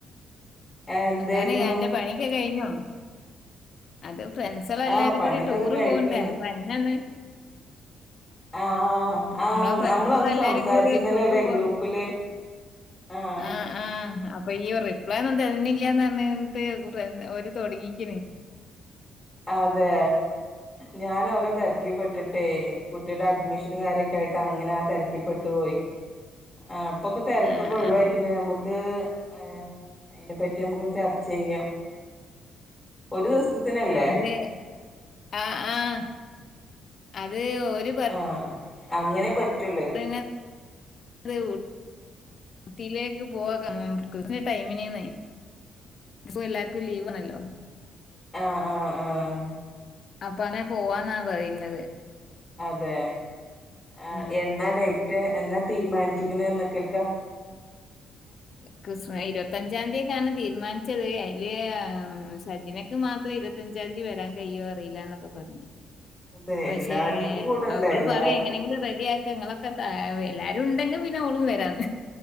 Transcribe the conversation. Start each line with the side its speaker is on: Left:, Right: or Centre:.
Centre: എന്തായിരുന്നു
Left: എന്താണ് അന്റെ പണിക്കൊ കഴിഞ്ഞോ അത് ഫ്രണ്ട്സ്ള് എല്ലാരും
Centre: ആഹ് പണിയൊക്കെതാ
Left: കൂടി ടൂറ്
Centre: കഴിക്കണ്
Left: പോക്ണ്ടേ അപ്പൊ അതിനൊന്ന്
Centre: ആഹ് ആഹ് ആ
Left: നമ്മളെ ഫ്രണ്ട്സുകളെല്ലാരും
Centre: നമ്മള് അന്ന് സംസാരിച്ചിരുന്നലേ
Left: കൂടി ഒരു ടൂറ്
Centre: അല്ലേ
Left: പോകണം
Centre: ഗ്രൂപ്പില് ആഹ്
Left: ആ ആ അപ്പൊ ഈ റിപ്ലൈ ഒന്നും തര്ണില്ലാന്ന് പറഞ്ഞിട്ട് <unintelligible> ഓര് തുടങ്ങീക്ക്ന്
Centre: അതെ ഞാന് ഓരോ തിരക്കിപ്പെട്ടിട്ടേ കുട്ടിയുടെ അഡ്മിഷനും കാര്യൊ <unintelligible> ആയിട്ട് അങ്ങന ആ തെരക്കി പ്പെട്ടു പോയി ആഹ് ഇപ്പൊക്കെ തെരക്കൊക്കെ
Left: ആ
Centre: ഒഴിവായിക്ക്ണ്
Left: ആ
Centre: അമ്മക്ക് ഏഹ് അയ്ന്റെ പറ്റി നമ്മക്ക് ചർച്ച യ്യാ ഒരു സ്ത്തിനല്ലേ
Left: ഏഹ് ആഹ് ആഹ് ത് ഒര് പത്ത്
Centre: ആ അങ്ങനെ പറ്റുള്ളേ
Left: <unintelligible> ഊത്തിയിലേക്ക് പോവാ <unintelligible> ടൈമിന് ന്ന് <unintelligible> എല്ലാർക്കും ലീവാണല്ലോ
Centre: ആഹ് ആഹ് ആഹ്
Left: അപ്പ അതാ പോവാന്നാ പറയ്ന്നത്
Centre: അതെ ആഹ്
Left: ആ
Centre: എന്നാ ഡേറ്റ് എന്നാ തീര്മാനിച്ചിക്ണ് എന്നക്കക്കാ?
Left: ക്രിസ് ഇരുപത്തഞ്ചാം തിക്കക്കാണ് തീര്മാൻച്ചത് അയ്ല് സജിന ക്ക് മാത്രം ഇരുപത്തഞ്ചാംതി വരാൻ കയ്യോ അറീലന്നൊക്കെ പർഞ്ഞ്
Centre: അതെ
Left: പക്ഷേ
Centre: എല്ലാരും കൂടണ്ടേ
Left: അവള്
Centre: എല്ലാർക്കും
Left: പറയാ എങ്ങനെങ്കിലും റെഡി ആക്ക ഇങ്ങളെ ക്കെ താ എല്ലാരും ഉണ്ടെങ്കി പിന്നെ ഓളും വരാന്ന്